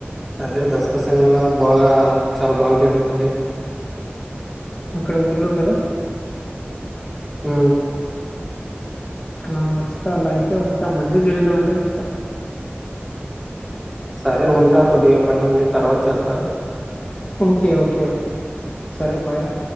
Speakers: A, in the centre; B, on the left (about 30°).
A: అదే దసరా సమెలో బాగా చాలా బాగా జరుగుతుంది
B: అక్కడ ఊర్లో కదా
A: ఆ
B: ఆ వస్తా అలా అయితే వస్తా మంచి తరుతా అంటే వస్తా
A: సరే ఉంటా కొద్దిగా పని ఉంది తర్వాత చేస్తా
B: ఓకే ఓకే ఓకే సరే బాయ్ రా